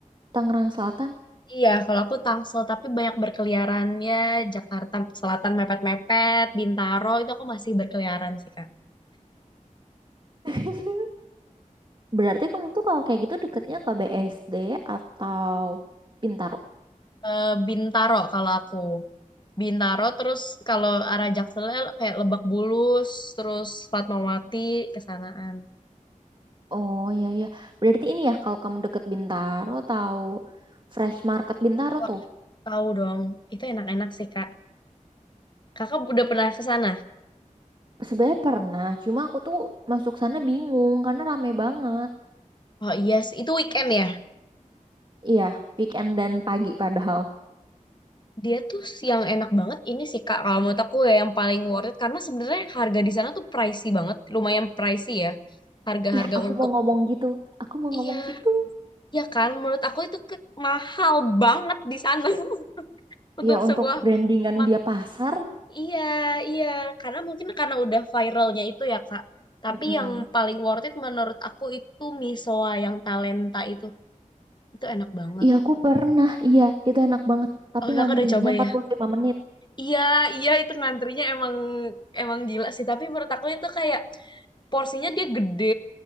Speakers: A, on the right; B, on the left.
A: Tangerang Selatan.
B: Iya, kalau aku Tangsel tapi banyak berkeliarannya Jakarta Selatan mepet-mepet, Bintaro itu aku masih berkeliaran sih Kak.
A: <laughs> Berarti kamu tuh kalau kayak gitu deketnya ke BSD atau Pintar
B: Eh, Bintaro kalau aku. Bintaro terus kalau arah Jakselnya kayak Lebak Bulus, terus Fatmawati kesanaan.
A: Oh ya ya. Berarti ini ya kalau kamu deket Bintaro tahu Fresh Market Bintaro
B: Wah,
A: tuh.
B: tahu dong. Itu enak-enak sih Kak. Kakak udah pernah ke sana?
A: Sebenarnya pernah, cuma aku tuh masuk sana bingung karena rame banget.
B: Oh iya, sih. itu weekend ya?
A: Iya, weekend dan pagi padahal.
B: Dia tuh yang enak banget ini sih Kak, kalau menurut aku ya yang paling worth it karena sebenarnya harga di sana tuh pricey banget, lumayan pricey ya. Harga-harga
A: Iya, aku
B: untuk
A: mau ngomong gitu. Aku mau
B: iya,
A: ngomong gitu.
B: ya kan menurut aku itu ke- mahal banget di sana <laughs> untuk
A: Iya, untuk
B: sebuah
A: brandingan
B: mak
A: dia pasar.
B: iya, iya, karena mungkin karena udah viralnya itu ya Kak. Tapi
A: Mm-mm.
B: yang paling worth it menurut aku itu misoa yang talenta itu. Itu enak banget.
A: Iya, aku pernah. Iya, itu enak banget. Tapi
B: Oh, Kakak
A: ngantrinya
B: udah coba
A: 45
B: ya?
A: menit.
B: Iya, iya itu ngantrinya emang emang gila sih, tapi menurut aku itu kayak porsinya dia gede,